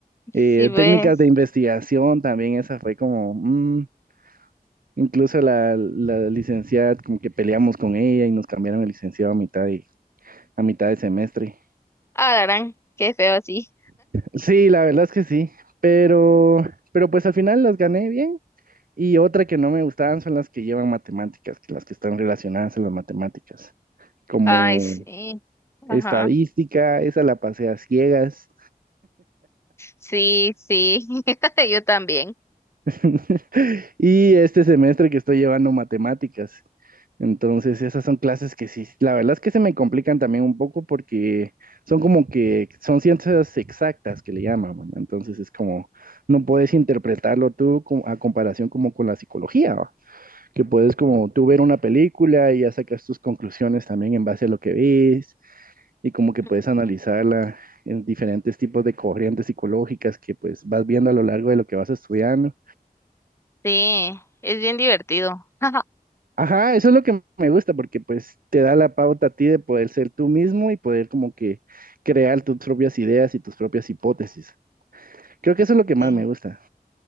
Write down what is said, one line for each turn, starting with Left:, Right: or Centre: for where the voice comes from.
Left: Si
Right: Eh,
Left: ves.
Right: técnicas de investigación también, esa fue como, mm, incluso la, la licenciada, como que peleamos con ella y nos cambiaron el licenciado a mitad de, a mitad de semestre.
Left: Ah, la gran. Qué feo así.
Right: Sí, la verdad es que sí, pero, pero pues al final las gané bien. Y otra que no me gustaban son las que llevan matemáticas, que las que están relacionadas a las matemáticas, como
Left: Ay, sí.
Right: estadística,
Left: Ajá.
Right: esa la pasé a ciegas.
Left: Sí, sí. <laughs> Yo también.
Right: <laughs> Y este semestre que estoy llevando matemáticas. Entonces, esas son clases que sí, la verdad es que se me complican también un poco porque son como que son ciencias exactas que le llaman, ¿verdad? Entonces es como, no puedes interpretarlo tú como- a comparación como con la psicología, ¿va? Que puedes como tú ver una película y ya sacas tus conclusiones también en base a lo que ves y como que puedes
Left: Ujú.
Right: analizarla en diferentes tipos de corrientes psicológicas que pues vas viendo a lo largo de lo que vas estudiando.
Left: Sí. Es bien divertido. <laughs>
Right: Ajá, eso es lo que me gusta porque pues te da la pauta a ti de poder ser tú mismo y poder como que crear tus propias ideas y tus propias hipótesis. Creo que eso es lo que más
Left: Sí.
Right: me gusta.